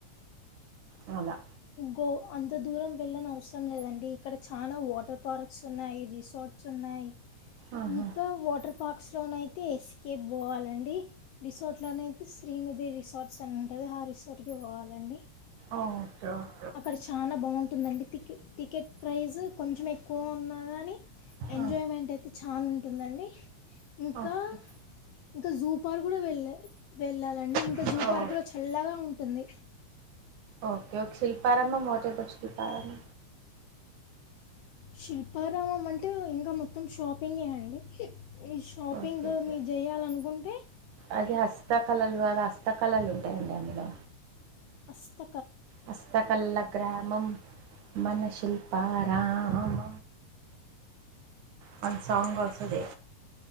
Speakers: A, on the right (about 80°); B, on the left (about 70°).
A: అవ్ లా
B: గో అంత దూరం వెళ్ళనవసరం లేదండి ఇక్కడ చానా వాటర్ పార్క్స్ ఉన్నాయి, రిసార్ట్స్ ఉన్నాయి.
A: ఆహా
B: ఇంకా వాటర్ పార్క్స్ లోనయితే ఎస్కే పోవాలండి రిసార్ట్ లోనయితే శ్రీ ఈనదే రిసార్ట్స్ అని ఉంటుంది ఆ రిసార్ట్ కే పోవాలండి.
A: ఓకే ఓక్
B: అక్కడ చానా బాగుంటుందండి టికె టికెట్ ప్రైస్ కొంచెం ఎక్కువ ఉన్న కానీ ఎంజాయ్మెంట్
A: ఆ
B: అయితే చాన ఉంటుందండి ఇంకా
A: ఓకే
B: ఇంకా జూపార్ కూడా వెళ్ళ వెళ్ళాలండి ఇంకా
A: ఆ
B: ఇంక జూ పార్కులో చల్లగా ఉంటుంది
A: ఓకే ఒక శిల్పారామమ్ ఒకే బట్ శిల్పారామామ్
B: శిల్పారామమంటే ట్టు ఇంకా మొత్తం షాపింగేనండి, ఈ షాపింగు
A: ఓకే ఓకే
B: మీరు చేయాలనుకుంటే
A: అది హస్తకళలు వేరే హస్తకళలు ఉంటాయండి అందులో
B: అస్త
A: హస్తకలలా గ్రామం మనశిల్పారామమ్ మన సాంగ్ వస్తది